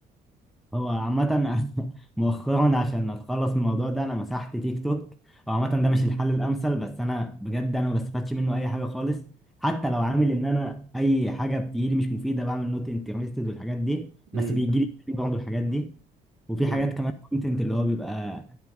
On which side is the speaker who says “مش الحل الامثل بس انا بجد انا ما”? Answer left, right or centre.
Centre